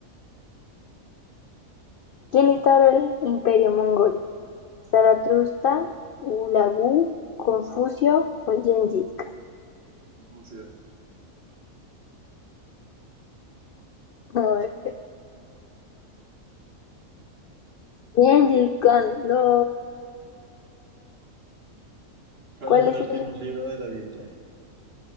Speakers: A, on the left; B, on the right.
A: ¿Quién instauró el imperio mongol? ¿Zaratustra, Ulagu, Confucio o Gengis Khan?
B: Confucio.
A: <laughs> A ver, Gengis Khan, no.
B: ¿Cuál
A: ¿Cuál
B: es el
A: es
B: último
A: el
B: libro de la Biblia?